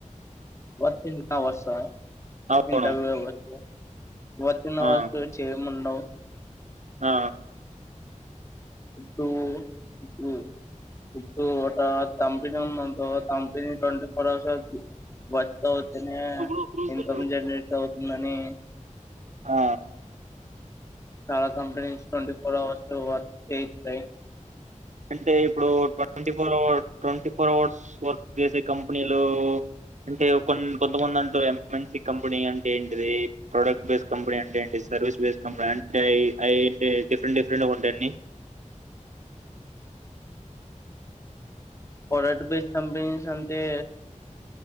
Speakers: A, on the left; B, on the right.
A: వర్ కింగ్ అవర్స
B: అవును
A: ఇంటర్వ్ అవర్స్ ఆ వర్ కీన్ అవర్
B: ఆ
A: సు చెముండవ్
B: ఆ
A: నువు ఉమ్ ఇప్ ట తంపినమ్ మన్ తో తంపినీ టోంటి ఫోర్ అవర్స్ కీ వర్ క్ ఔతనే
B: ఇప్పుడు ఇప్పుడు
A: ఇన్ కమ్ జన్ రేట్ ఔతుందని అని
B: ఆ
A: చాల్ companies twenty four hours work చేయితయి
B: అంటే ఇప్పుడు twenty four hour twenty four hours వర్ ఎసే కంప్ నీలు అంటే కొన్ కొంతమంద్ అంటు యమ్ మేన్స్ కీ కంపనీ అంటే ఏంటిది ప్రొడక్ బేస్ కంపనీ అంటే ఏంటిస్ సర్ విస్ బేస్ కంపనీ అంటే అయ్ అయ్ ఇంటే డిఫ్ ఎంట్ డిఫ్ ఎంట్ ఉంటయి అన్ని
A: పోడక్ట్ బేస్ కంపనీస్ అంతే